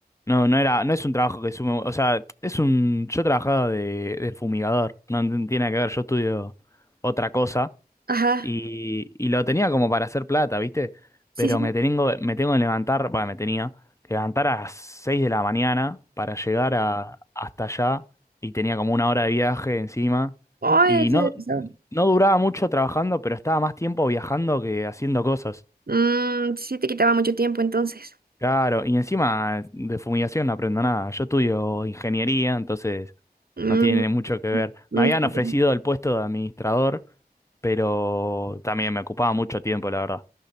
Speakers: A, on the left; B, on the right.
A: No, no era, no es un trabajo que sume, o sea, es un, yo trabajaba de, de fumigador, no, no tiene nada que ver, yo estudio otra cosa
B: Ajá.
A: y, y lo tenía como para hacer plata, ¿viste?
B: Sí,
A: Pero
B: sí.
A: me tengo, me tengo que levantar, bueno, me tenía que levantar a las 6 de la mañana para llegar a, hasta allá y tenía como una hora de viaje encima.
B: Ay,
A: Y
B: eso
A: no,
B: ya pasaba.
A: no duraba mucho trabajando, pero estaba más tiempo viajando que haciendo cosas.
B: Mm, sí te quitaba mucho tiempo entonces.
A: Claro, y encima de fumigación no aprendo nada. Yo estudio ingeniería, entonces
B: Mm,
A: no tiene mucho que ver.
B: mm,
A: Me habían
B: sí.
A: ofrecido el puesto de administrador, pero también me ocupaba mucho tiempo, la verdad.